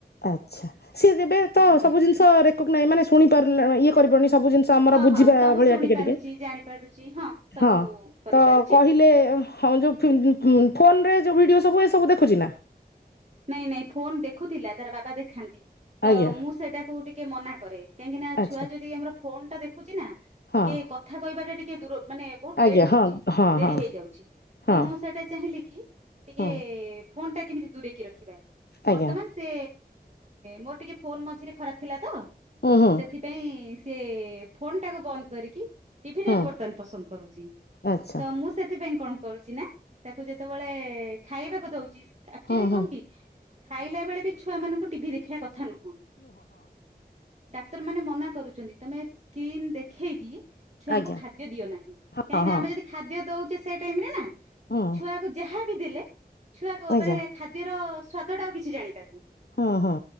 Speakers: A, on the left; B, on the right.
A: ଆଚ୍ଛା ସିଏ ଯେବେ ତ
B: ଆଜ୍ଞା
A: ସବୁ ଜିନିଷ ରେକଗନାଇ ମାନେ ଶୁଣି ପାରିଲ ଇଏ କରିବନି ସବୁ ଜିନିଷ - ସ ଆମର
B: ହଁ
A: ବୁଝିବା
B: ହଁ ସବୁ
A: ଭଳିଆ
B: ଶୁଣି
A: ଟିକେ
B: ପାରୁଛି
A: ଟିକେ
B: ଜାଣି ପାରୁଛି ସବୁ
A: ହଁ
B: କରିପାରୁଛି
A: ତ କହିଲେ ହଁ ଯୋଉଁ ଫୋନରେ ଯେଉଁ ଭିଡ଼ିଓ ସବୁ ଏସବୁ ଦେଖୁଚି ନା?
B: ନାଇଁ ନାଇଁ ଫୋନ ଦେଖୁଥିଲା ତାର ବାବା ଦେଖାନ୍ତି ତ
A: ଆଜ୍ଞା
B: ମୁଁ ସେଇଟାକୁ ଟିକେ ମନା କରେ। କାହିଁକି ନା
A: ଆଚ୍ଛା
B: ଛୁଆ ଯଦି ଆମର ଫୋନ ଟା ଦେଖୁଚି ନା
A: ହଁ
B: ଟିକେ କଥା କହିବାଟା ଟିକେ ଦୂର ମାନେ ବହୁତ
A: ଆଜ୍ଞା
B: ଲେଟ୍ ହଉଚି
A: ହଁ ହଁ
B: ଡେରି
A: ହଁ
B: ହେଇଯାଉଚି
A: ହଁ
B: ତ ମୁଁ ସେଟା ଚାହିଁଲି କି ଟିକେ
A: ହଁ।
B: ଫୋନ ଟା କେମିତି ଦୂରେଇକି ରଖିବା
A: ଆଜ୍ଞା
B: ବର୍ତ୍ତମାନ - ସେ ମୋର ଟିକେ ଫୋନ ମଝିରେ ଖରାପ ଥିଲା ତ
A: ହୁଁ ହୁଁ
B: ସେଥି ପାଇଁ ସେ ଫୋନ ଟାକୁ ବନ୍ଦ କରିକି ଟିଭିଟାକୁ
A: ହୁଁ
B: ବର୍ତ୍ତମାନ ପସନ୍ଦ କରୁଚି
A: ଆଚ୍ଛା
B: ତ ମୁଁ ସେ ସେଥିପାଇଁ କଣ କରୁଚି ନା ତାକୁ ଯେତେବେଳେ ଖାଇବାକୁ ଦଉଚି ଆକ୍ଚୁଆଲି
A: ହୁଁ ହୁଁ
B: କଣ କି ଖାଇଲା ବେଳେ ବି ଛୁଆ ମାନଙ୍କୁ ଟିଭି ଦେଖେଇବା କଥା ନୁହଁ। ଡାକ୍ତରମାନେ ମନା କରୁଚନ୍ତି ତମେ ସ୍କ୍ରିିନ ଦେଖେଇକି ଛୁଆଙ୍କୁ
A: ଆଜ୍ଞା।
B: ଖାଦ୍ୟ ଦିଅ ନାହିଁ କାହିଁକିନା
A: ହଁ ହଁ
B: ଆମେ ଯଦି ଖାଦ୍ୟ ଦଉଚେ ସେ ଟାଇମରେ ନା
A: ହୁଁ
B: ଛୁଆକୁ ଯାହାବି ଦେଲେ ଛୁଆକୁ
A: ଆଜ୍ଞା
B: ମାନେ ଖାଦ୍ୟର ସ୍ଵାଦଟା ଆଉ କିଛି ଜାଣିପାରୁନି।
A: ହଁ ହଁ